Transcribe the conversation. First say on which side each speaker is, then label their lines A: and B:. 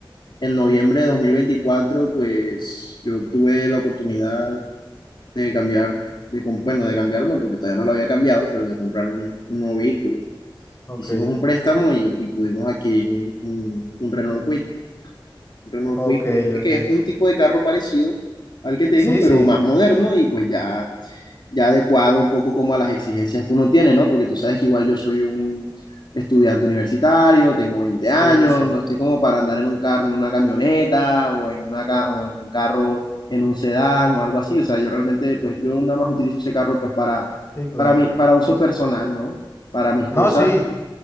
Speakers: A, on the left; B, on the left.
A: En noviembre de 2024, pues yo tuve la oportunidad de cambiar, de, com- bueno, de cambiarlo, porque todavía no lo había cambiado, pero de comprar un, un nuevo vehículo.
B: ok,
A: Hicimos un préstamo y, y pudimos adquirir un, un, un Renault Kwid. Un Renault Kwid,
B: ok,
A: eh,
B: ok.
A: que es un tipo de carro parecido al que tengo,
B: Sí,
A: pero
B: sí,
A: más moderno y pues ya ya adecuado un poco como a las exigencias que uno tiene, ¿no? Porque tú sabes que igual yo soy un estudiante universitario, tengo veinte
B: sí,
A: años,
B: sí,
A: no estoy como para andar en un carro, en una camioneta o en, una ca- o en un carro, en un sedán o algo así. O sea, yo realmente, pues yo nada más utilizo ese carro pues para,
B: sí, claro.
A: para mí, para uso personal, ¿no? Para mis cosas
B: No, sí,